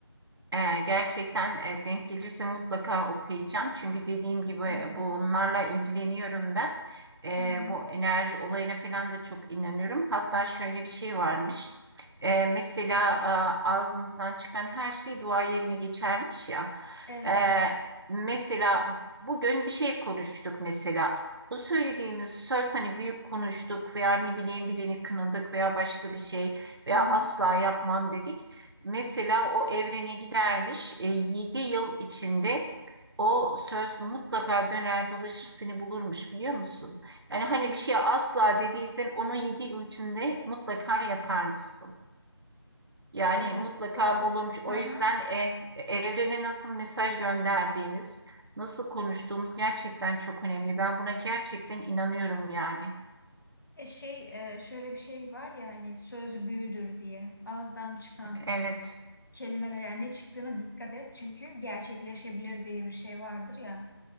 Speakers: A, on the right (about 60°); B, on the left (about 50°).
A: Ee, gerçekten e, denk gelirse mutlaka okuyacağım. Çünkü dediğim gibi
B: Evet.
A: e, bunlarla ilgileniyorum ben. Ee,
B: Hı hı.
A: bu enerji olayına falan da çok inanıyorum. Hatta şöyle bir şey varmış. Ee, mesela e, ağzımızdan çıkan her şey dua yerine geçermiş ya.
B: Evet.
A: Ee, mesela bugün bir şey konuştuk mesela. Bu söylediğimiz söz hani büyük konuştuk veya ne bileyim birini kınadık veya başka bir şey veya
B: Hı hı.
A: asla yapmam dedik. Mesela o evrene gidermiş. e, yedi yıl içinde o söz mutlaka döner dolaşır seni bulurmuş biliyor musun? Yani hani bir şeye asla dediysen onu 7 yıl içinde mutlaka yapar mısın? Yani
B: Evet.
A: mutlaka
B: Bu arada
A: bulurmuş. O
B: hı
A: yüzden
B: hı.
A: e, evrene nasıl mesaj gönderdiğimiz, nasıl konuştuğumuz gerçekten çok önemli. Ben buna gerçekten inanıyorum yani.
B: E şey e, şöyle bir şey var ya hani söz büyüdür diye ağızdan çıkan
A: Evet.
B: kelimeler yani ne çıktığına dikkat et çünkü gerçekleşebilir diye bir şey vardır ya.